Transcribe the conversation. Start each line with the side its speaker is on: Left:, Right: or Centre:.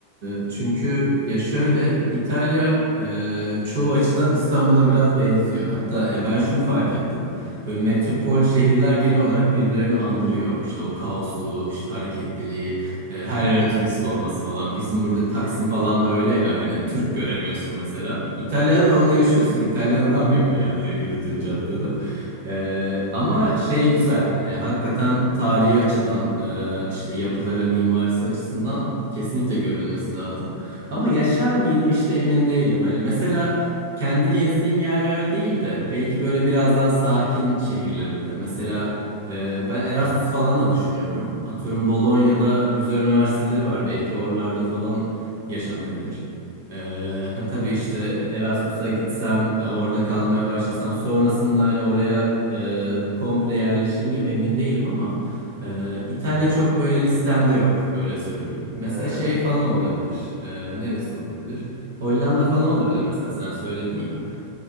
Right: Ee, çünkü ya şöyle İtalya e, çoğu açıdan İstanbul'a biraz benziyor. Hatta ya ben şunu fark ettim. Böyle metropol şehirler genel olarak birbirlerini andırıyor. İşte o kaosu, işte hareketliliği, e, her yere turist olması falan. Bizim burada Taksim falan da öyle ya. Hani
Centre: <laughs>
Right: Türk göremiyorsun mesela. İtalya'da
Centre: Evet.
Right: da onu yaşıyorsun. İtalyan adam yok yani yürüdüğün
Centre: <laughs>
Right: caddede. Ee, ama şey güzel hani hakikaten tarihi açıdan e, işte yapıları mimarisi açısından kesinlikle görülmesi lazım. Ama yaşar mıydım işte emin değilim. Hani mesela kendi gezdiğim yerlere değil de belki böyle biraz daha sakin şehirlerinde. Mesela e, ben Erasmus falan da düşünüyorum. Atıyorum Bolonya'da
Centre: Hı hı.
Right: güzel üniversiteleri var belki oralarda falan yaşanabilir. Ee, ha, tabii işte Erasmus'a gitsem, e, orada kalmaya başlasam, sonrasında hani oraya e, komple yerleşir miyim emin değilim ama e, İtalya çok böyle listemde yok öyle söyleyeyim. Mesela
Centre: He,
Right: şey falan olabilir. E, neresi olabilir? Hollanda falan olabilir mesela sen söyledin ya.